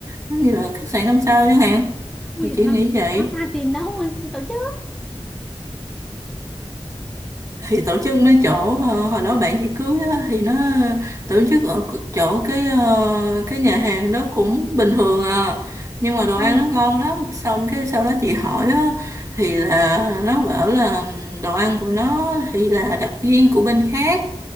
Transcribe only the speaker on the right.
giống như là khách sạn năm sao chẳng hạn
thì
chị
nghĩ vậy
thì tổ chức mấy chỗ ờ, hồi đó bạn chị cưới á, thì nó tổ chức ở c- chỗ cái ờ, cái nhà hàng đó cũng bình thường à nhưng mà đồ
ăn nó ngon lắm xong cái sau đó chị hỏi á, thì là nó bảo là đồ ăn của nó thì là đặc viên của bên khác